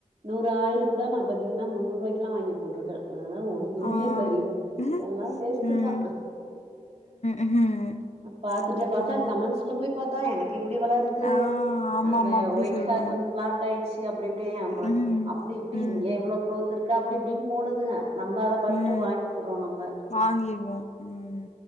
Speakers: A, on the right; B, on the left.
A: நூறு ஆயில் கூட நா பாதீங்கன்னா முன்னூறு ரூவாய்க்குல்லா வாங்கி போட்ருக்க ஆ ஒண்ணுமே
B: ஆ.
A: சரியில்ல
B: ம்.
A: எல்லா வேஸ்ட்டு
B: ம்.
A: தா
B: ம்ஹ்ம்.
A: பாத்துட்டு பாத்தா
B: ஆமா.
A: கமெண்ட்ஸ்ல போய் பாத்தா எனக் கு எப்டி வளருது
B: ஆ ஆமாமா.
A: அந்த
B: அப்டி
A: ஒயிட்
B: சொல்லுவாங்க.
A: ஹேர் வந்து பிளாக் ஆய்ட்ச்சி அப்டி இப்டி அம்மா
B: ம்.
A: அப் அப்டி இப்டி
B: ம்.
A: இங்க இவ்ளோ குரோத் இருக்கு அப்டி இப்டின் போடுதுங்க நம்ப அத பாத்துட்டு
B: ம்.
A: வாங்கி புட்றோ நம்ப
B: வாங்கிருவோம். ம்.